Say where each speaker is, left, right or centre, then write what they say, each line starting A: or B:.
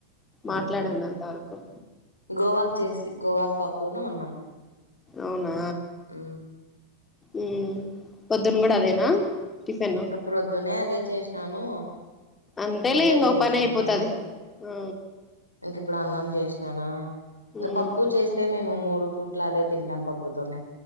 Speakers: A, on the left; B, on the left.
A: మాట్లాడండి
B: మ్
A: అంతవరకు
B: గోవాక్ చేసి గోవాక్ పప్పును అన్నం
A: అవునా
B: మ్
A: ఉమ్ పొద్దున్ గుడ అదేనా? టిఫిన్
B: ఇంక ప్రొద్దునే అదే చేసినాను
A: అంతేలే
B: ముద్దల్
A: ఇంక
B: చేసిందా?
A: ఒక పని అయిపోతది ఆ
B: ఇంకిప్పుడు అన్నం చేసినానా ఇంక
A: ఉమ్
B: పప్పు చేస్తే మేము మూడు పూట్ల అదే తింటం పప్పుతోనే